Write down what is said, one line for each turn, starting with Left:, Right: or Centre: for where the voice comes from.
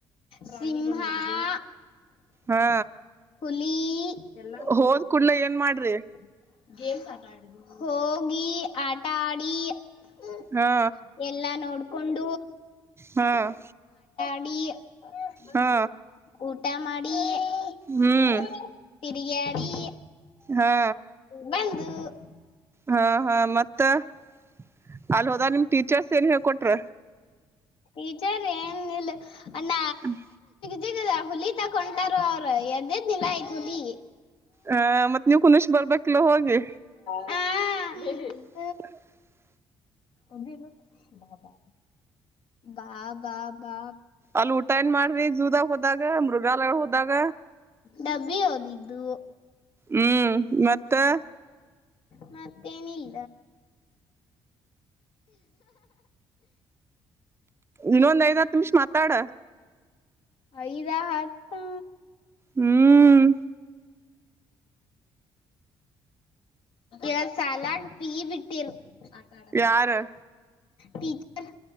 Left: ಸಿಂಹ <unintelligible>
Right: ಹಾ
Left: ಹುಲಿ <unintelligible> ಎಲ್ಲ ನೋಬ
Right: ಹೋದ್
Left: <unintelligible>
Right: ಕೂಡ್ಲೆ ಏನ್ ಮಾಡ್ರಿ
Left: ಮ <unintelligible> ಹೋಗಿ ಆಟ ಆಡಿ <unintelligible>
Right: ಹಾ
Left: ಎಲ್ಲಾ ನೋಡ್ ಕೊಂಡ
Right: ಹಾ <unintelligible>
Left: ಅಡಿ <unintelligible>
Right: ಹಾ
Left: ಊಟ ಮಾಡ <unintelligible>
Right: ಹ್ಮ್
Left: ತಿರುಗ ಆಡಿ
Right: ಹಾ
Left: ಬಂದು <unintelligible>
Right: ಹಾ ಹಾ ಮತ್ತೆ ಮತ್ತ <unintelligible> ಅಲ್ ಹೋದಾಗ ನಿಮ್ ಟೀಚರ್ಸ್ ಏನ್ ಹೇಳ್ಕೊಟ್ರ
Left: ಈಜಾರ ಏನ್ಲ್ <unintelligible>
Right: ಹ್ಮ <unintelligible>
Left: ಜಿಗ ಹುಲಿ ತಕೊಂಡಾರ ಅವ್ರು ಎದ್ದೇದ್ ನಿಲ ಆಯ್ತ್ ಹುಲಿ
Right: ಆ ಮತ್ ನೀವ್ ಕುನಷ ಬರ್ಬೇಕಿಲ್ಲ ಹೋಗಿ
Left: ಹ
Right: ಹ್ಮ್
Left: <unintelligible>
Right: <unintelligible>
Left: ಉದನು ಬಾ ಬಾ ಬಾ ಬಾ ಬಾ
Right: ಅಲ್ ಊಟ ಏನ್ ಮಾಡ್ರಿ ಜೂದಾಗ ಹೋದಾಗ ಮೃಗಲಾಯ ಹೋದಾಗ
Left: ಡಬಿ ಓದಿದ್ದು
Right: ಹ್ಮ್ ಮತ್ತೆ
Left: ಮತ್ತೇನಿಲ್ಲ
Right: ಇನ್ನೊಂದ ಐದ್ ಹತ್ತು ನಿಮಿಷ ಮತ ತ್ತಡ
Left: ಐದಾ ಹತ್ತ
Right: ಹ್ಮ್
Left: ಎರಡ್ ಸಲಾಗ ಪೀ ಬಿಟಲ್ ಆಟಾಡಕ್ಕ
Right: ಯಾರ
Left: ಟೀಚರ್